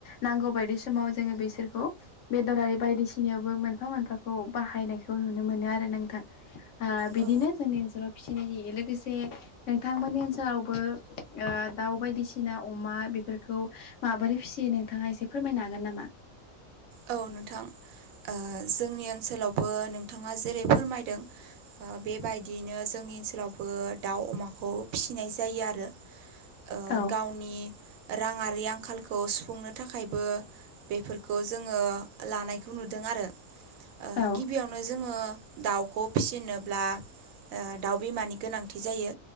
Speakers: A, on the left; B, on the right.
A: नांगौ बाय बायदि समाव जोङो बिसोरखौ बेदरारि बायदिसिनायावबो मोनफा मोनफाखौ बाहायनायखौ नुनो मोनो आरो नोंथां ओ बिदिनो
B: औ
A: जोंनि ओनसोलाव फिसिनाय जायो लोगोसे नोंथांमोननि ओनसोलावबो ओ दाउ बायदिसिना अमा बेफोरखौ माबोरै फिसियो नोंथाङा एसे फोरमायनो हागोन नामा
B: औ नोंथां ओ जोंनि ओनसोलावबो नोंथाङा जेरै फोरमायदों ओ बेबायदियैनो जों जोंनि ओनसोलावबो दाउ अमाखौ फिसिनाय जायो आरो ओ
A: औ
B: गावनि राङारि आंखालखौ सुफुंनो थाखायबो बेफोरखौ जोङो लानायखौ नुदों आरो ओ
A: औ
B: गिबियावनो जोङो दाउखौ फिसिनोब्ला ओ दाउ बिमानि गोनांथि जायो